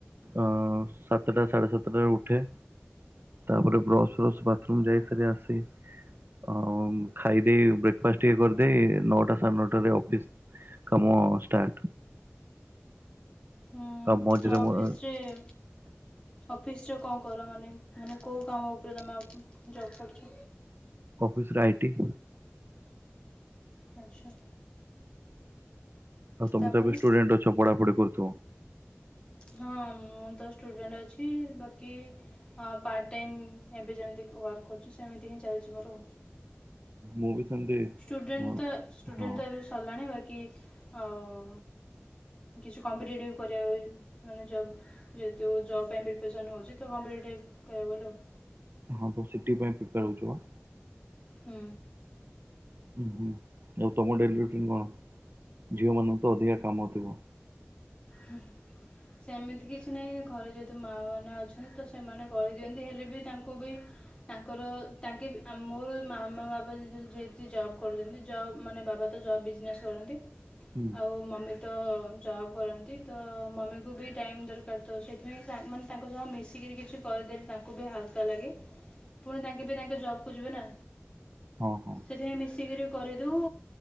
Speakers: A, on the right (about 55°); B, on the left (about 25°).
A: ଅଁ ସାତଟା ସାଢେ ସାତ ଟାରେ ଉଠେ। ତାପରେ ବ୍ରସ, ପ୍ରସ୍ ବାଥରୁମ୍ ଯାଇ ଫେରେ ଆସି। ଆଉ ଖାଇଦେଇ ବ୍ରେକ୍ଫାଷ୍ଟ୍ ଟିକେ କରିଦେଇ। ନଅଟା ସାଢେ ନଅଟା ରେ ଅଫିସ୍ କାମ ଷ୍ଟାର୍ଟ।
B: ହୁଁ
A: ଆଉ ମଝିରେ
B: ତ ଅଫିସ
A: ମ ହୁଁ
B: ରେ। ଅଫିସ୍ ରେ କଣ କର ମାନେ, ମାନେ କୋଉଁ କାମ ଉପରେ ତମେ ଜବ୍ କରୁଚ?
A: Office writing.
B: ଆଚ୍ଛା।
A: ଆଉ ତମେ
B: ତାପରେ
A: ତ ଏବେ ଷ୍ଟୁଡେଣ୍ଟ୍ ଅଛ। ପଢ଼ା, ପଢ଼ି କରୁ ଥିବ।
B: ହଁ ମୁ ତ ଷ୍ଟୁଡେଣ୍ଟ୍ ଅଛି। ବାକି ହଁ ପାର୍ଟ ଟାଇମ୍ ଏବେ ଯେମିତି ୱାର୍କ କରୁଛି। ସେମିତି ହିଁ ଚାଲିଛି ମୋର।
A: ମୁ ବି ସେମିତି।
B: ଷ୍ଟୁଡେଣ୍ଟ୍
A: ହଁ
B: ତ, ଷ୍ଟୁଡେଣ୍ଟ୍
A: ହଁ
B: ତ ଏବେ ସାରିଲାଣି। ବାକି ଆଉ କିଛି କମ୍ପିଟେଟିଭି କରିବା ପାଇଁ ସୁଯୋଗ୍। ଯେହେତୁ ଜବ୍ ପ୍ରିପେଶନ ହୋଉଛି, ତ କମ୍ପିଟେଟିଭି କହିଆକୁଗଲେ ଆଉ।
A: ହଁ ତ ସିଟି ପାଇଁ ପ୍ରିପ୍ରେୟାର ହୋଉଚ।
B: ହୁଁ।
A: ହୁଁ -ହୁଁ ଆଉ ତମ ଡେଲି ରୁଟିନ୍ କଣ? ଝିଅମାନଙ୍କୁ ତ ଅଧିକା କାମ ଥିବ।
B: ହଁ। ସେମିତି କିଛି ନାହିଁ। ଘରେ ଯେହେତୁ ମା ମାନେ ଅଛନ୍ତି। ତ ସେମାନେ କରି ଦିଅନ୍ତି ହେଲେ ବି ତାଙ୍କୁ ବି ତାଙ୍କର ତାଙ୍କେ ଆମ୍ ମୋର ମାମା, ବାବା ଯେତି ଜବ୍ କରୁଚନ୍ତି। ଜବ୍ ମାନେ ବାବା ତ ଜବ ବିଜନେସ୍ କରନ୍ତି।
A: ହୁଁ
B: ଆଉ ମମି ତ ଜବ୍ କର ନ୍ତି। ତ ମମିଙ୍କୁ ବି ଟାଇମ୍ ଦରକାର ତ ସେଥିପାଇଁ ସାଙ୍ଗ୍ ମାନେ ତାଙ୍କ ସହ ମିଶିକିରି କିଛି କରଦେ ତାଙ୍କୁ ବି ହାଲକା ଲାଗେ।
A: ହ <inaudible>
B: ପୁଣି ତାଙ୍କେ ବି ତାଙ୍କ ଜବ୍ କୁ ଯିବେ ନା।
A: ହଁ ହଁ!
B: ସେଥିପାଇଁ ମିଶିକିରି କରିଦଉ